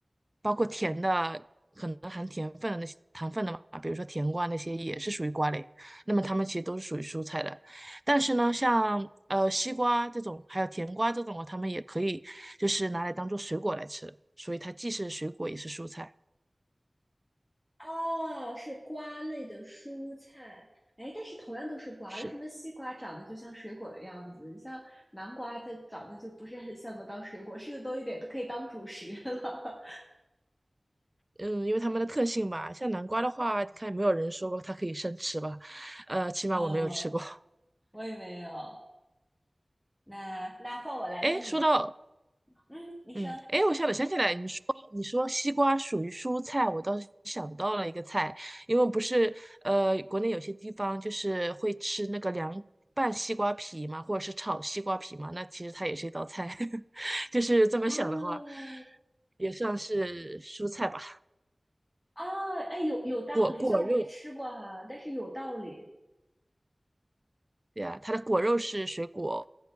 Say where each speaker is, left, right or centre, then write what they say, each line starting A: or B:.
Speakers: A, on the right; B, on the left.
A: 包括甜的，可能含甜分的那些糖分的嘛，比如说甜瓜那些也是属于瓜类。那么它们其实都是属于蔬菜的。但是呢，像呃西瓜这种，还有甜瓜这种啊，它们也可以就是拿来当做水果来吃的，所以它既是水果也是蔬菜。
B: 哦，是瓜类的蔬菜。哎，但是同样都是瓜，
A: 是的
B: 为什么西瓜长得就像水果的样子？像南瓜，它长得就不是很像得到水果，吃的多一点都可以当主食了。
A: 嗯，因为它们的特性吧，像南瓜的话，看有没有人说过它可以生吃吧，呃，
B: <laughs>
A: 起码我没有吃过。
B: 哦，
A: <laughs>
B: 我也没有。那那换我来问你，
A: 哎，说到，
B: 嗯，你说，
A: 嗯，哎，我想想起来，你说你说西瓜属于蔬菜，我倒是想到了一个菜，因为不是呃，国内有些地方就是会吃那个凉拌西瓜皮嘛，或者是炒西瓜皮嘛，那其实它也是一道菜，<laughs> 就是这么想的话，
B: 哦，
A: 也算是蔬菜吧，
B: 哦，哎，有有道理，
A: 果果肉，
B: 虽然我没吃过哈，但是有道理。
A: 对啊，它的果肉是水果，